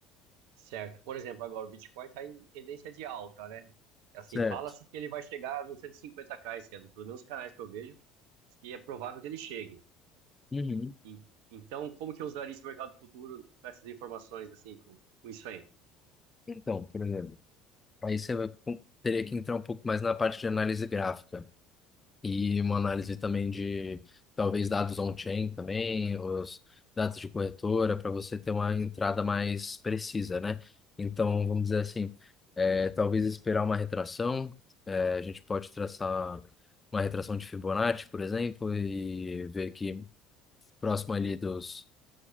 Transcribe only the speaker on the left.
Certo.
Uhum.
Então, por exemplo, aí você vai, com- teria que entrar um pouco mais na parte de análise gráfica. E uma análise também de talvez dados on-chain também, os dados de corretora, para você ter uma entrada mais precisa, né? Então, vamos dizer assim, é, talvez esperar uma retração, é, a gente pode traçar uma retração de Fibonacci, por exemplo, e ver que próximo ali dos,